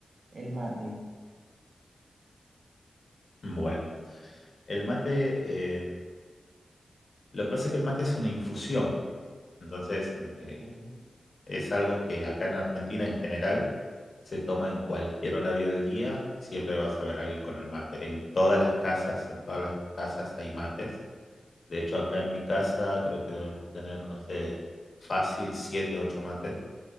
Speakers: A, on the right; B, on the left.
A: el mate.
B: bueno. El mate, eh, lo que pasa es que el mate es una infusión. Entonces, mm, eh,
A: Ok. <laughs>
B: es algo que acá en Argentina en general se toma en cualquier horario del día, siempre vas a ver a alguien con el mate. En todas las casas, en todas las casas hay mates. De hecho, acá en mi casa creo que debemos tener, no sé, fácil siete, ocho mates